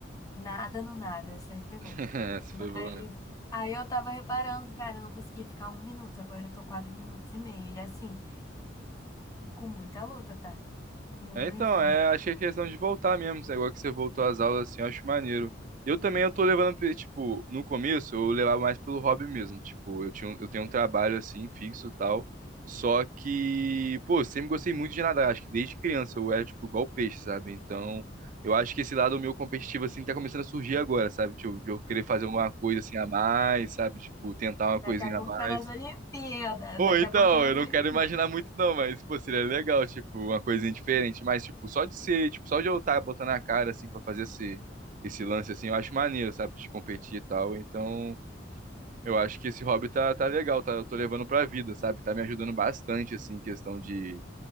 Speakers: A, on the left; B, on the right.
A: nada no nada, essa aí foi boa.
B: <laughs> Essa
A: Mas
B: foi boa mesmo.
A: aí eu tava reparando, cara, eu não consegui ficar um minuto, agora eu tô quatro minutos e meio, e assim, com muita luta, tá? Muita
B: É, Então, é,
A: luta.
B: acho que é questão de voltar mesmo. Esse negócio que você voltou às aulas, assim, eu acho maneiro. Eu também eu tô levando, pe- tipo, no começo eu levava mais pelo hobby mesmo. Tipo, eu tinha, um- eu tenho um trabalho assim, fixo e tal. Só que, pô, sempre gostei muito de nadar. Acho que desde criança eu era, tipo, igual peixe, sabe? Então, eu acho que esse lado meu competitivo, assim, tá começando a surgir agora, sabe? Tipo, de eu querer fazer uma coisa assim a mais, sabe? Tipo, tentar uma coisinha
A: Daqui a pouco
B: a mais.
A: tá nas Olimpíadas,
B: Pô,
A: daqui
B: então,
A: a pouco tá nas
B: eu não
A: Olimpíadas.
B: quero imaginar muito não, mas, pô, seria legal, tipo, uma coisinha diferente. Mas, tipo, só de ser, tipo, só de eu estar botando a cara, assim, pra fazer esse, esse lance, assim, eu acho maneiro, sabe, de competir e tal. Então, eu acho que esse hobby tá, tá legal, tá, eu tô levando pra vida, sabe? Tá me ajudando bastante, assim, em questão de